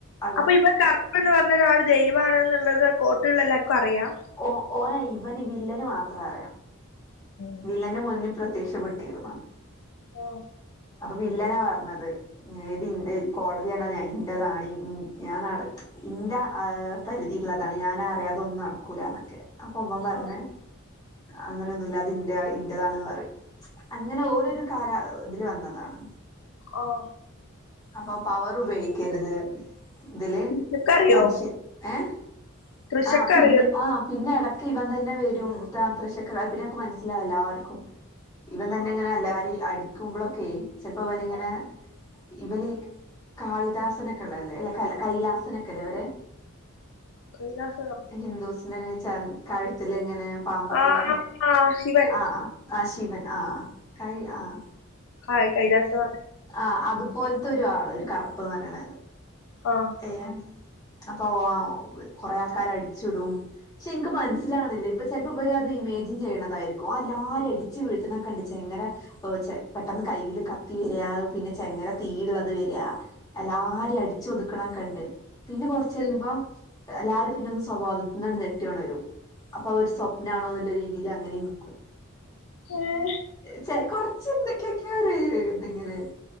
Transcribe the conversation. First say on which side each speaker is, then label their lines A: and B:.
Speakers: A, on the left; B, on the left.
A: അത്
B: അപ്പ ഇവൻ കർപ്പൻ എന്ന് പറഞ്ഞ ഒരാള് ദൈവാണ് ഇന്ന്ള്ളത് കോട്ടുള്ള എല്ലാർക്കും അറിയാ
A: ഓഹ് ഓന് ഇവന് വില്ലന് മാത്രം അറിയാ
B: ഉം.
A: വില്ലന്റെ മുന്നിൽ പ്രത്യക്ഷപ്പെട്ടിരുന്നോ
B: ആഹ്
A: അത് വില്ലനാ പർഞ്ഞത് ഇത്ന്റെ കോടതിയാണ് അത് ഇന്റതാണ് ഞാൻ നട ഇന്റ പരിധി ഇള്ളതാണ് ഞാൻ അറിയാതെ ഒന്നും നടക്കൂല ന്നൊക്കെ അപ്പൊ ഇവൻ പർഞ്
B: ഓ
A: അങ്ങനെ ഒന്നുല്ല ന്റ ഇന്റതാണ് പറിം അങ്ങനെ ഓര് കര ഇതില് വന്നതാണ്
B: ഓഹ്
A: അപ്പൊ പവറ് ഉപയോഗിക്കരുത് ഇതില്
B: കൃഷക്കറിയോ
A: മനുഷ്യൻ ഏഹ്
B: കൃഷക്കറിയോ
A: ആഹ് പിന്നെ ആഹ് പിന്നെ എടയ്ക്ക് ഇവൻ തന്നെ വെരും തത്രശക്കെ പിന്നെക്കെ മനസ്സിലാവില്ല ആർക്കും ഇവൻ തന്നെ
B: ഓ
A: ഇങ്ങനെ എല്ലാരിം അടിക്കുമ്പളോക്കെ ചേൽപ്പോ ഇവനിങ്ങനെ
B: ഓ
A: ഇവലി കാളിദാസനോക്കെ ഇള്ളതല്ലേ കൈലാസനോക്കെ ഇല്ലവരെ
B: കൈലാസനോ
A: ഹിന്ദൂസിന്റെ ഇങ്ങനെ കഴുത്തില് ഇങ്ങനെ പാമ്പക്കെല്ലേ
B: ആഹ് ആഹ് ശിവൻ
A: ആഹ് ആഹ് ശിവൻ ആഹ് കൈ ആഹ്
B: കൈ കൈലാസ വാ
A: ആഹ് അതുപോൽത്തെ ഒരു ആള് ഒരു കറുപ്പ്ന്ന് പറയ്ണ
B: ആഹ്
A: ഏഹ് അപ്പൊ കൊറേ ആൾക്കാരെ അടിച്ചിടും പക്ഷെ ഇൻക്ക് മനസ്സിലാവ്ണ്ല്ല ഇപ്പ ചേൽപ്പോ ഇവര അത് ഇമേജിൻ ചെയ്യണതായിരിക്കോ ഓൻ എല്ലാരിം അടിച്ച് വീഴ്ത്ത്ണ കണ്ട് ചേങ്ങല ഓഹ് ചെ പെട്ടൊന്ന് കൈയ്യില് കത്തി വേരാ പിന്നെ ചെങ്ങല തീ ഉള്ളത് വര, എല്ലാരിം അടിച്ച് ഒതുക്ക്ണക്കെണ്ട്. പിന്നെ കൊറച്ച് കഴിയുമ്പോ...
B: ഉം
A: എല്ലാരും പിന്നൊന്ന് സ്വവോതത്തിൽ നിന്നത് നെട്ടി ഉണരും. അപ്പൊ അവ ഒരു സ്വപ്നാണോ എന്നുള്ള രീതിയിൽ അങ്ങനെ നൽക്കും.
B: ഏഹ്
A: ചെ കൊറച്ച് എന്തൊക്കെക്കെ ഒര് ഇതിങ്ങനെ...